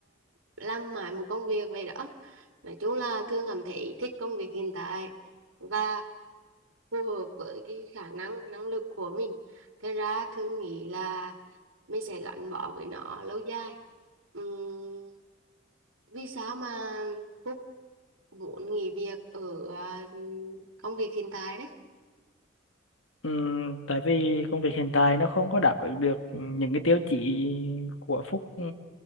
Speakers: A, on the right; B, on the left.
A: làm mãi một công việc vậy đó. Nói chung là Thương cảm thấy thích công việc hiện tại và phù hợp với cái khả năng, năng lực của mình. Thế ra Thương nghĩ là mình sẽ gắn bó với nó lâu dài. Ừm, vì sao mà Phúc muốn nghỉ việc ở à, công việc hiện tại đấy?
B: Ừ, tại vì công việc hiện tại nó không có đáp ứng được những cái tiêu chí của Phúc ừ,